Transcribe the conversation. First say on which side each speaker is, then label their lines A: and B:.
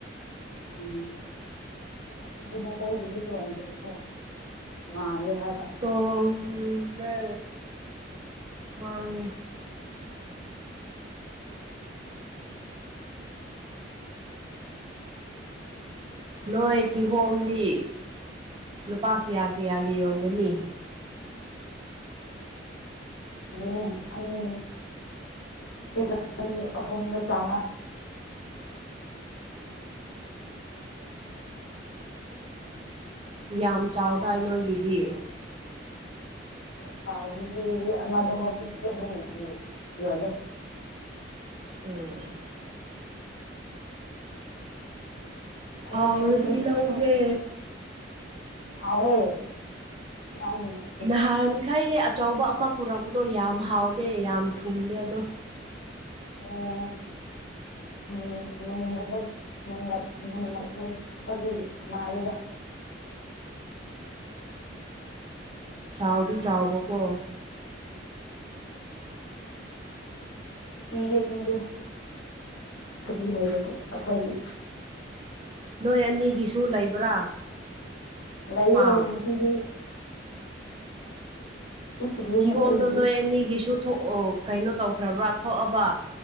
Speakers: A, on the left; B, on the right.
A: ꯎꯝ ꯑꯗꯨꯗꯤ ꯃꯈꯣꯏꯗꯨꯗꯤ ꯇꯣꯡꯗ꯭ꯔꯦꯀꯣ ꯃꯥꯜꯂꯦ ꯍꯥꯏꯕ
B: ꯇꯣꯡꯕ꯭ꯔꯥ ꯃꯥꯡꯉꯦ ꯅꯣꯏ ꯀꯤꯍꯣꯝꯗꯤ ꯂꯨꯄꯥ ꯀꯌꯥ ꯀꯌꯥꯒꯤ ꯌꯣꯟꯒꯅꯤ
A: ꯌꯣꯟꯗꯣꯏꯅꯦ ꯑꯅꯤ ꯄꯤ ꯑꯅꯤ ꯑꯍꯨꯝꯗ ꯆꯥꯝꯃ
B: ꯌꯥꯝ ꯆꯥꯎꯗꯥꯏ ꯅꯣꯏꯒꯤꯗꯤ
A: ꯆꯥꯎꯗꯗꯤ ꯑꯃꯗ ꯀꯣ ꯐꯤꯐꯇꯤ ꯑꯗꯨꯝ ꯌꯣꯜꯂꯦ
B: ꯎꯝ
A: ꯍꯣꯜꯁꯦꯜ
B: ꯍꯥꯎꯔꯗꯤ
A: ꯄꯤꯔꯗꯤꯀꯣ
B: ꯂꯧꯒꯦ
A: ꯍꯥꯎꯋꯦ ꯅꯪ
B: ꯅꯍꯥꯟꯈꯩ ꯑꯆꯧꯕ ꯑꯃ ꯄꯨꯔꯛꯄꯗꯣ ꯌꯥꯝ ꯍꯥꯎꯗꯦ ꯌꯥꯝ ꯊꯨꯝꯗꯦ ꯑꯗꯣ
A: ꯑꯣ ꯃꯨꯟ ꯃꯨꯟꯗꯕꯒꯤ ꯃꯨꯟꯜꯛ ꯃꯨꯟ ꯑꯗꯨ ꯃꯥꯜꯂꯤꯗ
B: ꯆꯥꯎꯗꯤ ꯆꯥꯎꯕꯀꯣ
A: ꯄꯤꯒꯦ ꯄꯤꯒꯦ ꯑꯗꯨ ꯂꯩꯔꯗꯤ ꯑꯈꯣꯏꯒꯤ
B: ꯅꯣꯏ ꯑꯅꯤꯒꯤꯁꯨ ꯂꯩꯕ꯭ꯔꯥ
A: ꯂꯩꯌꯦ
B: ꯐꯥꯝ
A: ꯉꯁꯤꯗꯤ ꯄꯤꯛꯇ꯭ꯔꯤꯌꯦꯅꯦ
B: ꯀꯤꯍꯣꯝꯗꯣ
A: ꯑꯩꯈꯣꯏꯒꯤꯗꯤ
B: ꯅꯣꯏ ꯑꯅꯤꯒꯤꯁꯨ ꯊꯣꯛꯑꯣ ꯀꯩꯅꯣ ꯇꯧꯈ꯭ꯔꯕ꯭ꯔꯥ ꯊꯣꯛꯑꯕ